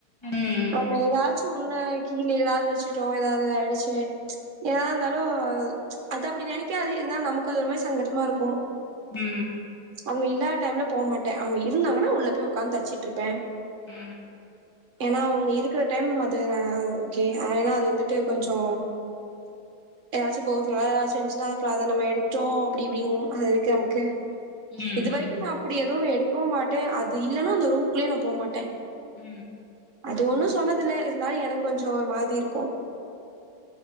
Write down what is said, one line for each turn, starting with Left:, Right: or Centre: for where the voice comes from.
Left: ம்
Right: நாம ஏதாச்சு ஒன்ன கீழே ஏதாவது வச்சுட்டோ ஏதாவது ஆயிடுச்சு ச் ஏதா இருந்தாலும் ச் அது அப்டி நினைக்காது இருந்தாலு நமக்கு அது ஒரு மாரி சங்கட்டமா இருக்கு
Left: உ
Right: அவங்க இல்லாத டைம்ல போ மாட்டே அவங்க இருந்தாங்கன்னா உள்ள போய் உக்காந்து தச்சிட்டு இருப்பே
Left: உ
Right: ஏன்னா அவங்க இருக்கிற டைம் அது ஓகே ஏன்னா அது வந்துட்டு கொஞ்சோ ஏதாச்சு <unintelligible> ஏதாச்சு இருந்துச்சுன்னா அப்றோ அத நம்ம எடுத்துட்டோ அப்டி இப்டிங்கு அததெக்கு நமக்கு
Left: ம்
Right: இது வரைக்கு நா அப்டி எது எடுக் க்கவு மாட்டே அது இல்லைன்னா அந்த ரூமுக்குள்ளயே நா போ மாட்டே
Left: உ
Right: அது ஒன்னு சொன்னதுல இருந்தாலு எனக்கு கொஞ்ச ஒரு மாதிரி இருக்கு